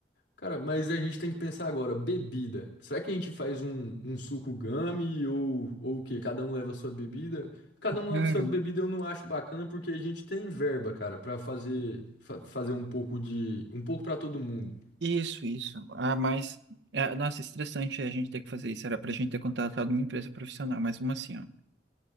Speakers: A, on the left (about 75°); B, on the right (about 75°).
A: Cara, mas a gente tem que pensar agora, bebida. Será que a gente faz um, um suco gummy ou, ou o quê? Cada um leva a sua bebida? Cada um leva
B: Cara,
A: a sua bebida, eu não acho bacana porque a gente tem verba, cara, pra fazer fa- fazer um pouco de um pouco pra todo mundo.
B: Isso, isso. Ah, mas, é, nossa, estressante a gente ter que fazer isso. Era pra gente ter contratado uma empresa profissional, mas uma assim, ó.